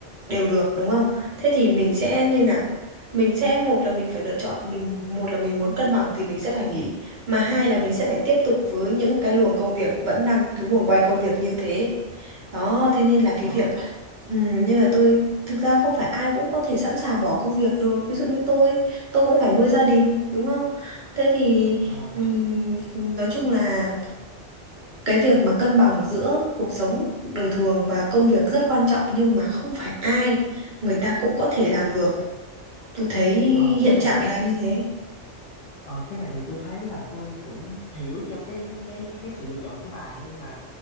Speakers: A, on the right; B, on the left.
A: đều được đúng không? Thế thì mình sẽ
B: đúng
A: như nào? Mình sẽ một là mình phải lựa chọn mình một là mình muốn cân bằng thì mình sẽ phải nghỉ, mà hai là mình sẽ phải tiếp tục với những cái luồng công việc vẫn đang cái guồng quay công việc như thế. Đó, thế nên là cái
B: ờ
A: việc ừm, như là tôi thực ra không phải ai cũng có thể sẵn sàng bỏ công việc được. Ví dụ như tôi, tôi cũng phải nuôi gia đình đúng không? Thế thì
B: ờ
A: ừm, nói chung là cái việc mà cân bằng giữa cuộc sống đời thường và công việc rất quan trọng nhưng mà không phải ai người ta cũng có thể làm được tôi thấy
B: ờ
A: hiện
B: cái này
A: trạng là như thế
B: Ờ, cái này thì tôi thấy là tôi cũng hiểu cho cái cái cái sự lựa chọn của bà nhưng mà